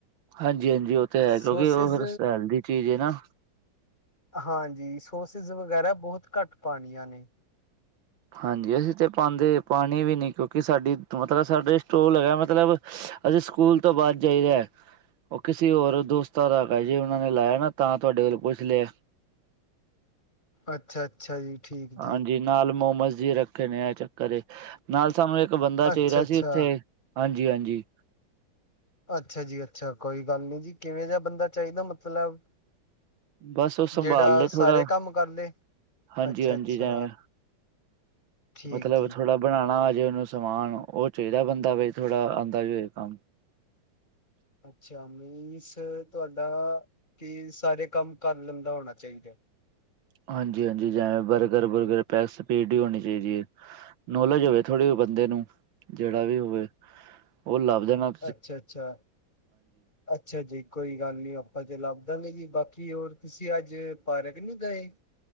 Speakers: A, on the right; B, on the left.
A: ਹਾਂਜੀ-ਹਾਂਜੀ, ਉਹ ਤੇ ਹੈ,
B: ਸੋਸਿਸ
A: ਕਿਉਂਕਿ ਉਹ ਫ--ਸ ਹੈਲਦੀ ਦੀ ਚੀਜ਼ ਏ ਨਾ।
B: ਹਾਂਜੀ, ਸੋਸਿਸ ਵਗੈਰਾ ਬਹੁਤ ਘੱਟ ਪਾਣੀਆਂ ਨੇ।
A: ਹਾਂਜੀ, ਅਸੀਂ ਤਾਂ ਪਾਂਦੇ, ਪਾਣੀ ਵੀ ਨਹੀਂ, ਕਿਉਂਕਿ ਸਾਡੀ ਮਤਲਬ ਸਾਡੇ ਸਟੋਲ ਹੈਗਾ, ਮਤਲਬ ਅਸੀਂ ਸਕੂਲ ਤੋਂ ਬਾਅਦ ਜਾਈਦਾ ਉਹ ਕਿਸੇ ਹੋਰ ਦੋਸਤਾਂ ਦਾ, ਜੇ ਉਹਨਾਂ ਨੇ ਲਾਇਆ ਨਾ ਤਾਂ ਤੁਹਾਡੇ ਕੋਲ ਪੁੱਛ ਲਿਆ।
B: ਅੱਛਾ-ਅੱਛਾ ਜੀ, ਠੀਕ
A: ਹਾਂਜੀ,
B: ਜੀ।
A: ਨਾਲ ਮੋਮੋਸ ਜੇ ਰੱਖੇ ਨੇ ਐ ਚੱਕਰ ਏ, ਨਾਲ ਸਾਨੂੰ ਇੱਕ ਬੰਦਾ
B: ਅੱਛਾ-ਅੱਛਾ,
A: ਚਾਹੀਦਾ ਸੀ, ਇੱਥੇ ਹਾਂਜੀ-ਹਾਂਜੀ।
B: ਅੱਛਾ ਜੀ, ਅੱਛਾ। ਕੋਈ ਗੱਲ ਨੀ ਜੀ, ਕਿਵੇਂ ਜਿਹਾ ਬੰਦਾ ਚਾਹੀਦਾ? ਮਤਲਬ
A: ਬਸ ਉਹ ਸੰਭਾਲ
B: ਜਿਹੜਾ
A: ਲਏ ਥੋੜਾ
B: ਸਾਰੇ ਕੰਮ ਕਰਲੇ।
A: ਹਾਂਜੀ-ਹਾਂਜੀ
B: ਅੱਛਾ-ਅੱਛਾ।
A: ਜਿਵੇਂ
B: ਠੀਕ
A: ਮਤਲਬ,
B: ਜੀ
A: ਥੋੜਾ ਬਣਾਣਾ ਆਜੇ ਉਹਨੂੰ ਸਮਾਨ। ਉਹ ਚਾਹੀਦਾ ਬੰਦਾ ਬਈ ਥੋੜਾ ਆਂਦਾ ਵੀ ਹੋਏ ਕੰਮ।
B: ਅੱਛਾ, ਮੀਨਸ, ਤੁਹਾਡਾ ਕੀ ਸਾਰੇ ਕੰਮ ਕਰ ਲੈਂਦਾ ਹੋਣਾ ਚਾਹੀਦਾ।
A: ਹਾਂਜੀ-ਹਾਂਜੀ, ਜਵੇਂ ਬਰਗਰ, ਬੁਰਗਰ ਪੈ ਸਪੀਡ ਹੀ ਹੋਣੀ ਚਾਹੀਦੀ ਏ। ਨੋਲੇਜ ਹੋਵੇ ਥੋੜ੍ਹੀ ਬੰਦੇ ਨੂੰ, ਜਿਹੜਾ ਵੀ ਹੋਵੇ। ਉਹ ਲੱਭ ਦੇਨਾ।
B: ਅੱਛਾ-ਅੱਛਾ। ਅੱਛਾ ਜੀ, ਕੋਈ ਗੱਲ ਨੀ, ਆਪਾਂ ਤੇ ਲੱਭਦਾਂਗੇ ਜੀ, ਬਾਕੀ ਹੋਰ ਤੁਸੀਂ ਅੱਜ ਪਾਰਕ ਨਹੀ ਗਏ?